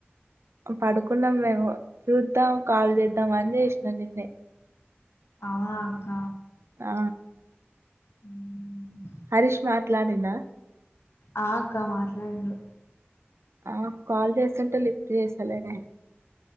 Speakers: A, on the right; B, on the left.
A: పడుకున్నాం మేము సుద్దాం కాల్ జేద్దామని అన్ జేష్ నా నిన్నే
B: ఔనాక్క
A: ఆ
B: ఉమ్
A: హరీష్ మాట్లాడిండా
B: ఆ అక్క మాట్లాడిండు
A: ఆ కాల్ జేస్తుంటే లిఫ్ జేస్తలేడే